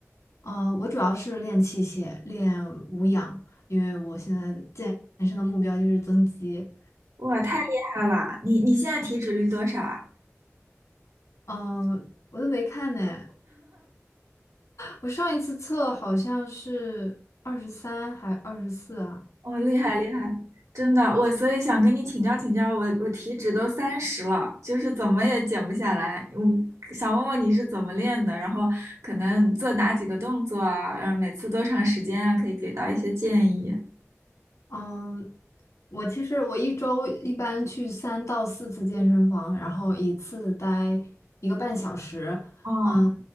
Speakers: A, on the left; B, on the right.
A: 呃，我主要是练器械，练无氧，因为我现在健身的目标就是增肌。
B: 哇，太厉害了！你你现在体脂率多少啊？
A: 嗯、我都没看呢，我上一次测好像是二十三还二十四啊。
B: 哦，厉害厉害，真的，我所以想跟你请教请教，我我体脂都三十了，就是怎么也减不下来。嗯，想问问你是怎么练的，然后可能做哪几个动作啊，然后每次多长时间啊，可以给到一些建议。
A: 嗯，我其实我一周一般去三到四次健身房，然后一次待一个半小时。
B: 哦，
A: 嗯，